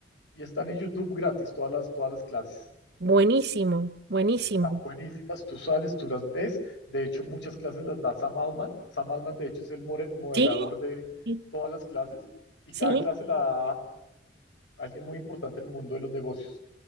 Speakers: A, on the left; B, on the right.
A: Y están en YouTube gratis todas las, todas las clases.
B: buenísimo, buenísimo.
A: Están buenísimas, tú sales, tú las ves. De hecho, muchas clases las da Sam Altman. Sam Altman, de hecho, es el more- moderador
B: Sí,
A: de
B: sí,
A: todas las clases y
B: sí,
A: cada clase la da alguien muy importante en el mundo de los negocios.